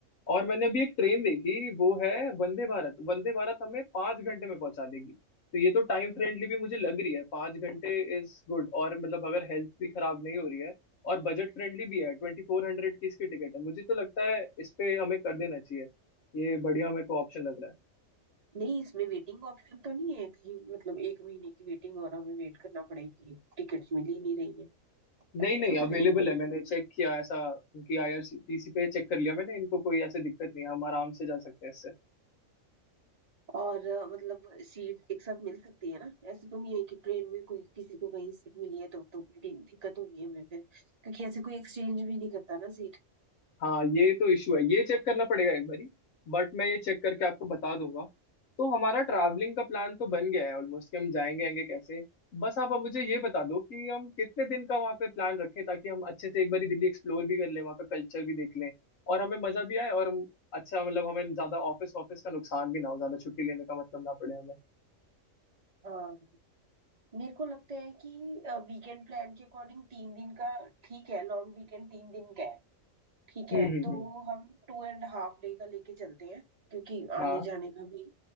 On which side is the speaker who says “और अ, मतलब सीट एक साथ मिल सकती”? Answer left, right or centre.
Right